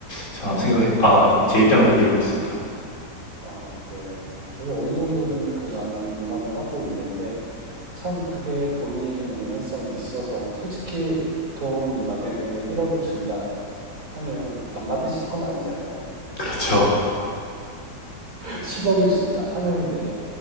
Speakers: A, on the left; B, on the right.
A: 저는 한번 생각을 아, 제 입장을 얘기해 보겠습니다.
B: 아, 네. 저도 어느 정도는 그 말은 공감을 하고 있는데 참 그게 돈이 양면성이 있어서 솔직히 돈 만약에 1억을 준다 하면 안 받으실 건 아니잖아요.
A: 그렇죠.
B: 10억을 준다 하는데